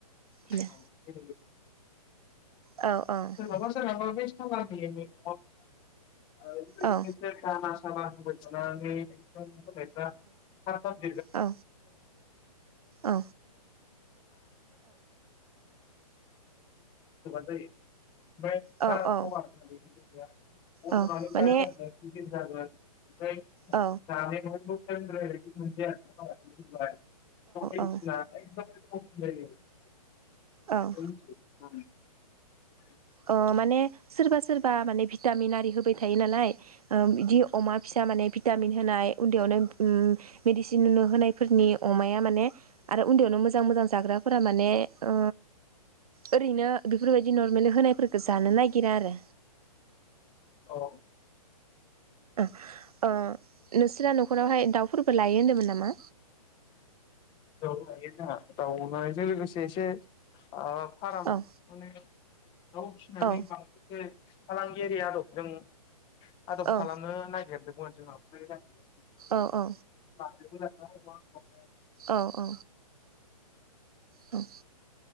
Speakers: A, on the left (about 25°); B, on the right (about 65°).
A: <unintelligible>
B: बिदिनो औ औ
A: सोरनाबा सोरनाबा बै सालानि <unintelligible> <unintelligible> हाबा
B: औ
A: होबाय थानानै एकदम <unintelligible> <unintelligible> जेन'बा
B: औ औ
A: दै, ओमफ्राय
B: औ
A: बारा थावा
B: औ
A: आरोना बेजों गैया
B: औ माने
A: <unintelligible> बिदि जागोन, ओमफ्राय
B: औ
A: जानायाथ' <unintelligible> <unintelligible>
B: औ
A: जायो <unintelligible>
B: औ
A: <unintelligible>
B: ओ माने सोरबा सोरबा माने भिटामिन आरि होबाय थायो नालाय बिदि अमा फिसा माने भिटामिन होनाय उन्दैयावनो उम, मेडिसिन नुनो होनायफोरनि अमाया माने, आरो उन्दैयावनो मोजां मोजां जाग्रा फोरा माने ओ ओरैनो। बेफोरबायदि नर्मेल होनाय। फोरखो जानो नागिरा आरो।
A: औ।
B: <inaudible> ओ नोंसोरा न'खरावहाय दाउ। फोरबो लायो होन्दोंमोन नामा।
A: दउ लायो जोंहा दाउ लानायजों लोगोसे एसे आ फाराम
B: औ
A: माने दाउ फिसिनानै
B: औ
A: बांबोखो फालांगियारि आदब जों। आदब
B: औ
A: खालामनो नागिरदोंमोन। <unintelligible>
B: औ औ।
A: <unintelligible>
B: औ औ औ।